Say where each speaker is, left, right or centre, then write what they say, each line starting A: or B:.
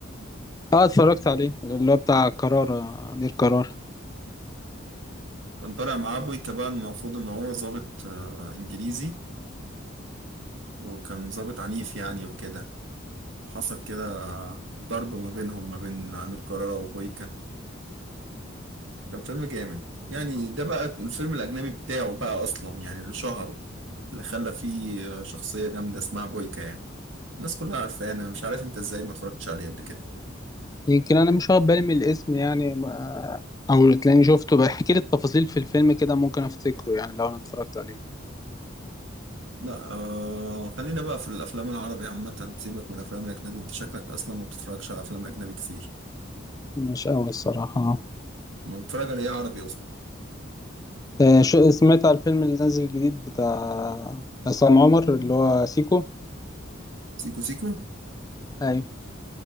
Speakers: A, on the left; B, on the right.
A: اه اتفرجت عليه اللي هو بتاع قرار آه، امير قرار
B: كان طالع معاه بويكا بقى المفروض ان هو ضابط آه، انجليزي وكان ضابط عنيف يعني وكده حصل كده ضرب ما بينهم ما بين امير كرارة وبويكا كان فيلم جامد يعني ده بقى الفيلم الاجنبي بتاعه بقى اصلا يعني اللي شهره اللي خلى فيه شخصيه جامده اسمها بويكا يعني الناس كلها عارفاه انا مش عارف انت ازاي ما اتفرجتش عليه قبل كده
A: يمكن انا مش واخد بالي من الاسم يعني ما- او تلاقيني شفته بحكي لي التفاصيل في الفيلم كده ممكن افتكره يعني لو انا اتفرجت عليه
B: لا آه خلينا بقى في الافلام العربي عامه سيبك من الافلام الاجنبي انت شكلك اصلا ما بتتفرجش على افلام اجنبي كتير
A: مش قوي الصراحة
B: ما بتتفرج على ايه عربي اصلا
A: آه، شو سمعت على الفيلم اللي نازل جديد بتاع عصام عمر اللي هو سيكو
B: سيكو سيكو
A: ايوه